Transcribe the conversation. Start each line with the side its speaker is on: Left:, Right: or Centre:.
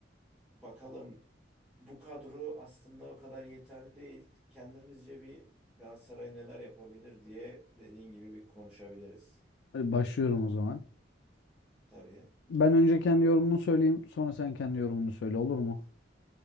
Centre: Bakalım bu kadro aslında o kadar yeterli değil. Kendimizce bir Galatasaray neler yapabilir diye dediğin gibi bir konuşabiliriz.
Left: Hadi Başlıyorum o zaman.
Centre: Tabii
Left: Ben önce kendi yorumumu söyleyeyim, sonra sen kendi yorumunu söyle olur mu?